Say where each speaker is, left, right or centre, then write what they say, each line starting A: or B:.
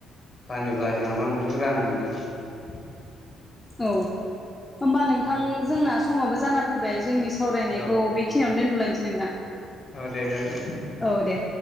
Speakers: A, on the left; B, on the left.
A: फानोब्ला जोंहा मा मोनो रां मोनो
B: <unintelligible> औ होमबा नोंथां
A: औ
B: जोंना समाबो जाना फैबाय जोंनि सावरायनायखौ
A: औ
B: बे खिनियावनो दोनथ' लायनोसै नोंदां
A: औ दे जागोन दे
B: औ दे